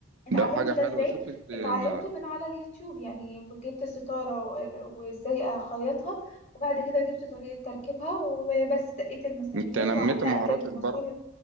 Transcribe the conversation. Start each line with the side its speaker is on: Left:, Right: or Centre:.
Left: اتعلمت
Right: ده حاجة
Left: ده
Right: حلوة
Left: ازاي
Right: شوف انت
Left: اتعلمته
Right: انا
Left: من على اليوتيوب يعني جبت الستاره و- وازاي اخيطها وبعد كده جبت طريقه تركيبها وبس دقيت المسامير
Right: انت نميت
Left: وعلقت
Right: مهاراتك
Left: الماسور
Right: برضه